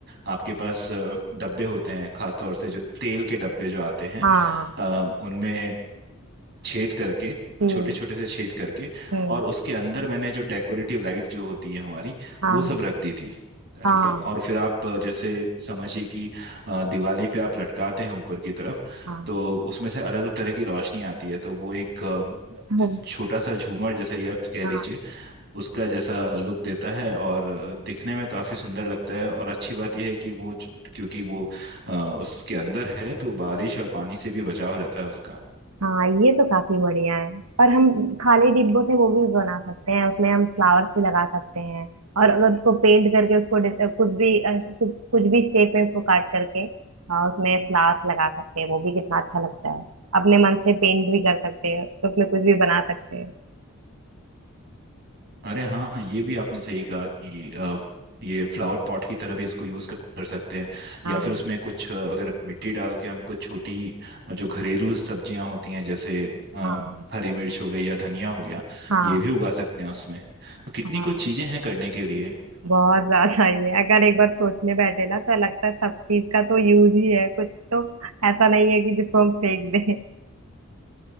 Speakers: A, on the right; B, on the right.
A: आपके पास अ, डब्बे होते हैं खासतौर से जो तेल के डब्बे जो आते हैं
B: हाँ
A: अ, उनमें छेद करके
B: हम्म
A: छोटे छोटे से छेद करके
B: हम्म
A: और उसके अंदर मैंने जो डेकोरेटिव लाइट जो होती है हमारी
B: हाँ
A: वो सब रख दी थी
B: हाँ
A: ठीक है और फिर आप अ, जैसे समझिए कि अ, दिवाली पे आप लटकाते हैं ऊपर की तरफ
B: हाँ
A: तो उसमें से अलग अलग तरह की रोशनी आती है तो वो एक अ,
B: हम्म,
A: छोटा सा झूमर जैसा ये आप कह लीजिए
B: हाँ
A: उसका जैसा लुक देता है और अ, दिखने में काफी सुंदर लगता है और अच्छी बात यह है कि वो ज- क्योंकि वो अ, उसके अंदर है तो बारिश और पानी से भी बचाव रहता है उसका
B: हाँ ये तो काफी बढ़िया है और हम खाली डिब्बों से वो भी बना सकते हैं उसमें हम फ्लावर्स भी लगा सकते हैं और अगर उसको पेंट करके उसको डि- कुछ भी अ, कुछ कुछ भी शेप में उसको काट करके हाँ, उसमें फ्लावर्स लगा सकते हैं वो भी कितना अच्छा लगता है अपने मन से पेंट भी कर सकते हैं उसमें कुछ भी बना सकते हैं
A: अरे हाँ ये भी आपने सही कहा कि अ, ये फ्लावर पॉट की तरह भी इसको यूज कर कर सकते हैं
B: हाँ
A: या फिर उसमें कुछ अ, अगर मिट्टी डाल के हम कुछ छोटी अ, जो घरेलू सब्जियां होती हैं जैसे अ,
B: हाँ
A: हरी मिर्च हो गई या धनिया हो गया
B: हाँ
A: ये भी उगा सकते हैं उसमें तो कितनी
B: हाँ
A: कुछ चीजें हैं करने के लिए
B: बहुत ज्यादा ही है अगर एक बार सोचने बैठे ना तो लगता है सब चीज का तो यूज ही है कुछ तो ऐसा नहीं है कि जिसको हम फेंक दें